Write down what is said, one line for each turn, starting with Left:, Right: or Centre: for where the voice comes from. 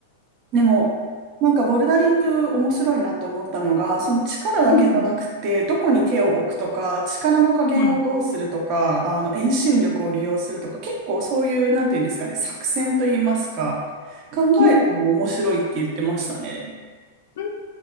Right: でも、なんかボルダリング面白いなと思ったのが、その力だけじゃなくて、
Left: うん
Right: どこに手を置くとか、力の加減をどうするとか、
Left: うん
Right: あの、遠心力を利用するとか、結構そういう、なんていうんですかね、作戦といいますか、考えるのも面白いって言ってましたね。
Left: うん、う